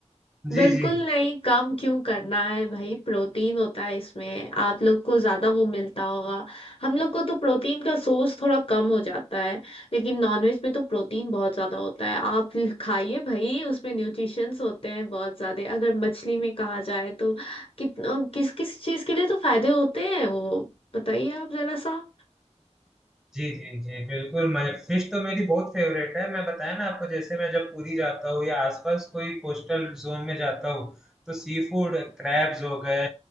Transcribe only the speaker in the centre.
जी
जी
जी जी जी बिल्कुल मैं फिश तो मेरी बहुत फेवरेट है मैं बताया ना आपको जैसे मैं जब पुरी जाता हूँ या आसपास कोई कोस्टल जोन में जाता हूँ तो सी फूड क्रैब्स हो गए